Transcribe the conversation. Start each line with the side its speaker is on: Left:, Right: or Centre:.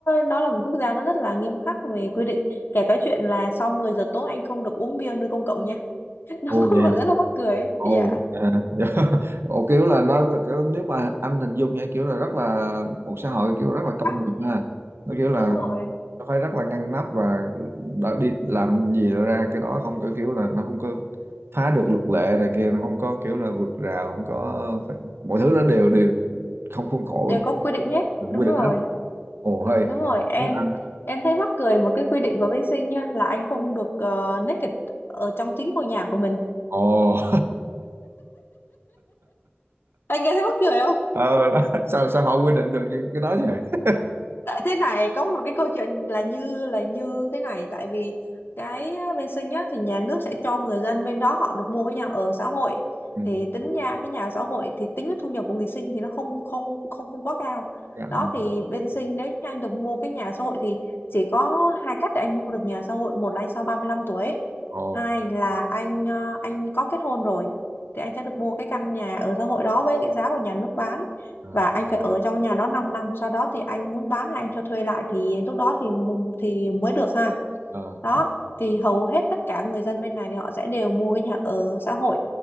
Left: nó là một quốc gia nó rất là nghiêm khắc về quy định kể cái chuyện là sau 10 giờ tối anh không được uống bia nơi công cộng nha <laughs> nó
Right: Ồ
Left: cũng
Right: vậy hả?
Left: là rất là mắc cười ấy.
Right: Ồ,
Left: dạ
Right: vậy hả? <laughs> Ồ kiểu là nó kiểu, nếu mà anh hình dung nha kiểu là rất là một xã hội kiểu rất là công
Left: Bắc,
Right: nghiệp ha. Nó kiểu là
Left: đúng rồi
Right: nó phải rất là ngăn nắp và đã đi làm gì là ra cái đó không có kiểu là nó không có phá được luật lệ này kia, nó không có kiểu là vượt rào, không có phải, mọi thứ nó đều đều không khuôn khổ
Left: đều có quy định hết đúng
Right: quy định
Left: rồi
Right: hết. Ồ hay.
Left: đúng rồi em
Right: Tiếng Anh.
Left: em thấy mắc cười một cái quy định của bên Sinh nha là anh không được uh, naked ở trong chính ngôi nhà của mình
Right: Ồ. <laughs>
Left: anh nghe thấy mắc cười
Right: Ờ, đó. Sao sao họ quy định được những cái đó vậy?
Left: tại thế này có một cái câu chuyện là như là như thế này tại vì cái bên Sinh á, thì nhà nước sẽ cho người dân bên đó họ được mua cái nhà ở xã hội
Right: Ừ.
Left: thì tính nha cái nhà ở xã hội thì tính cái thu nhập của người Sinh thì nó không không không không quá cao
Right: Dạ, ừ.
Left: đó thì bên Sinh nếu như anh được mua cái nhà ở xã hội thì chỉ có hai cách để anh mua được nhà ở xã hội một là anh sau ba mươi lăm tuổi
Right: Ồ.
Left: hai là anh ờ, anh có kết hôn rồi thì anh sẽ được mua cái căn nhà ở xã hội đó với cái giá của nhà nước bán
Right: ờ
Left: và anh phải ở trong nhà đó 5 năm sau đó thì anh muốn bán hay anh cho thuê lại thì lúc đó thì mu- thì mới được ha
Right: ờ
Left: đó
Right: ờ
Left: thì hầu hết tất cả người dân bên này thì họ sẽ đều mua cái nhà ở xã hội